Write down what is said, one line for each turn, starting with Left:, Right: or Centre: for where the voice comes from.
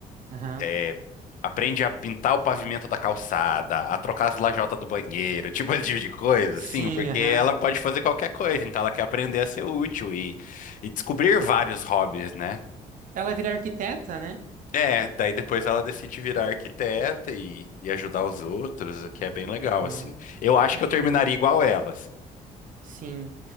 Right: Aham.
Left: é, aprende a pintar o pavimento da calçada, a trocar as lajotas do banheiro, <laughs> tipo esse tipo de coisa,
Right: Sim,
Left: assim, porque
Right: aham.
Left: ela pode fazer qualquer coisa, então ela quer aprender a ser útil e, e descobrir vários hobbies, né?
Right: Ela vira arquiteta, né?
Left: É, daí depois ela decide virar arquiteta e, e ajudar os outros, o que é bem legal,
Right: Aham.
Left: assim. Eu acho
Right: Ai,
Left: que
Right: que
Left: eu terminaria
Right: bacana.
Left: igual ela, assim.
Right: Sim.